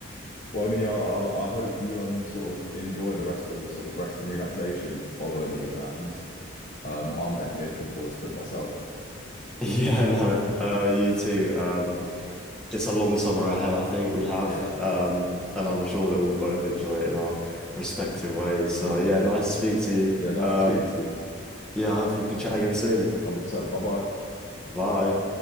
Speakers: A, on the left; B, in the centre.
A: Well, you know, I, I hope you um sort of enjoy the rest of your sort of rest and relaxation following the exams. Um, I'm definitely looking forward to it myself.
B: Yeah, no. Uh, you too. Um, it's a long summer ahead, I think we have.
A: Yeah.
B: Um, and I'm sure that we'll both enjoy it in our respective ways. So
A: Mm.
B: yeah, nice to speak to
A: Yeah, nice
B: you. Um,
A: to speak to you.
B: yeah, hopefully we can chat again soon.
A: 100%. Bye bye.
B: Bye.